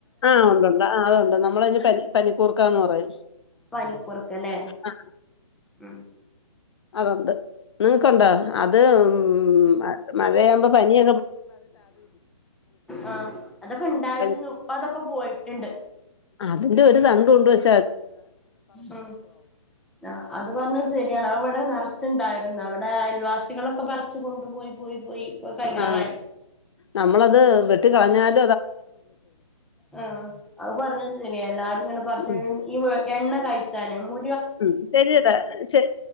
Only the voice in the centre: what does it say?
പനിക്കുറുക്കല്ലേ
ഉം
ആ അതൊക്കെ ഉണ്ടായിരുന്നു
ഇപ്പൊ അതൊക്കെ പോയിട്ടുണ്ട്
ഉം ആ അത് പറഞ്ഞ ശെരിയാണ് ആ അവിട നെറ ച്ചുണ്ടാരുന്നു അവിടെ അയൽവാസികളൊക്കെ പറിച് കൊണ്ടു പോയി പോയി പോയി ഇപ്പൊ കഴിയാറായി
ആ അത് പറഞ്ഞത് ശെരിയാ എല്ലാരും ങ്ങനെ പറിച്ച്
ഈ എണ്ണ കൈച്ചന് മി